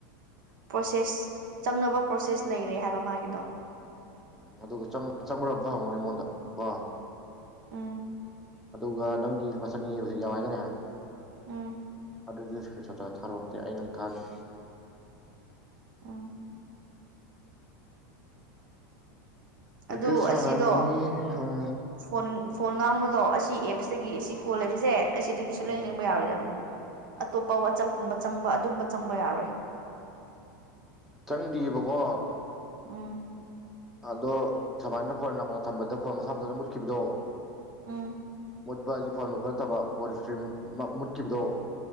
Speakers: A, on the right; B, in the centre.
A: ꯄ꯭ꯔꯣꯁꯦꯁ ꯆꯪꯅꯕ ꯄ꯭ꯔꯣꯁꯦꯁ ꯂꯩꯔꯦ ꯍꯥꯏꯕ ꯃꯥꯒꯤꯗꯣ
B: ꯎꯝ ꯑꯗꯨꯒ ꯆꯪꯕ꯭ꯔꯥ ꯑꯃꯒ ꯍꯪꯉꯨꯅꯦ ꯃꯉꯣꯟꯗ ꯀꯣ
A: ꯎꯝ
B: ꯑꯗꯨꯒ ꯅꯪꯒꯤ ꯐꯠ ꯆꯟꯅꯤꯉ ꯍꯧꯖꯤꯛ ꯌꯥꯎ ꯍꯥꯏꯗꯅꯦ
A: ꯎꯝ
B: ꯑꯗꯨꯗ ꯊꯥꯔꯣꯝꯇꯦ ꯑꯩꯉꯝ ꯊꯥꯗꯦ
A: ꯎ
B: ꯀ꯭ꯔꯤꯀꯦꯠ
A: ꯑꯗꯨ
B: ꯁꯅꯤ
A: ꯑꯁꯤꯗꯣ
B: ꯊꯨꯝ
A: ꯐꯣꯟ ꯐꯣꯟ ꯉꯥꯡꯕꯗꯣ ꯑꯁꯤ ꯑꯦꯞꯁꯇꯒꯤ ꯑꯁꯤ ꯀꯣꯜ ꯂꯩꯕꯁꯦ ꯑꯩ ꯑꯁꯤꯗꯒꯤꯁꯨ
B: ꯎꯝ
A: ꯂꯦꯡ ꯂꯦꯡꯕ ꯌꯥꯔꯣꯏꯗꯕꯅꯦ ꯑꯇꯣꯞꯄ ꯋꯥꯆꯞꯀꯨꯝꯕ ꯆꯪꯕ ꯑꯗꯨꯒꯨꯝꯕ ꯆꯪꯕ ꯌꯥꯔꯣꯏ
B: ꯆꯪꯗ꯭ꯔꯤꯑꯕꯀꯣ
A: ꯎꯥ
B: ꯑꯗꯣ ꯁꯨꯃꯥꯏꯅ ꯐꯣꯟ ꯅꯥꯀ ꯊꯝꯕꯗ ꯐꯣꯟ ꯃꯁꯥꯝꯇꯅ ꯃꯨꯠꯈꯤꯕꯗꯣ
A: ꯑꯝ
B: ꯃꯨꯠꯄ ꯔꯤꯐꯣꯟ ꯃꯨꯠꯄ ꯅꯠꯇꯕ ꯐꯣꯔꯁ ꯀ꯭ꯔꯤꯝ ꯃꯨꯠꯈꯤꯕꯗꯣ